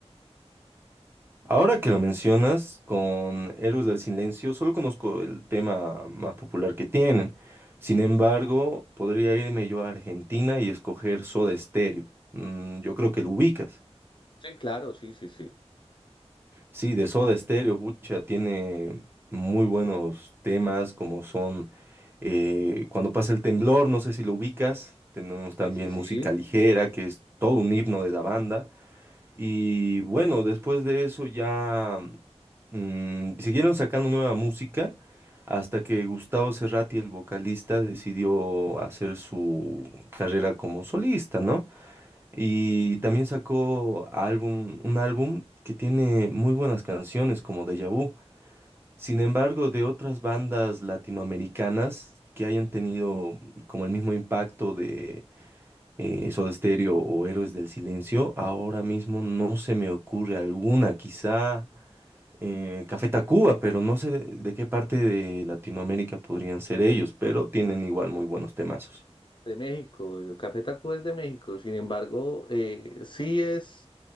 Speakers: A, on the right; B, on the left.
A: <laughs> Ahora que lo mencionas, con Héroes del Silencio solo conozco el tema más popular que tienen. Sin embargo, podría irme yo a Argentina y escoger Soda Stereo. Mm, yo creo que lo ubicas.
B: Sí, claro, sí, sí, sí.
A: Sí, de Soda Stereo, pucha, tiene muy buenos temas como son eh, Cuando pasa el temblor, no sé si lo ubicas, tenemos
B: Sí,
A: también
B: sí, sí.
A: música ligera, que es todo un himno de la banda. Y bueno, después de eso ya mm, siguieron sacando nueva música hasta que Gustavo Cerati, el vocalista, decidió hacer su carrera como solista, ¿no? Y también sacó álbum, un álbum que tiene muy buenas canciones como Deja Vu. Sin embargo, de otras bandas latinoamericanas que hayan tenido como el mismo impacto de eh, Soda Stereo o Héroes del Silencio, ahora mismo no se me ocurre alguna. Quizá eh, Café Tacuba, pero no sé de qué parte de Latinoamérica podrían ser ellos, pero tienen igual muy buenos temazos.
B: De México, el Café Taco es de México, sin embargo, eh, sí es.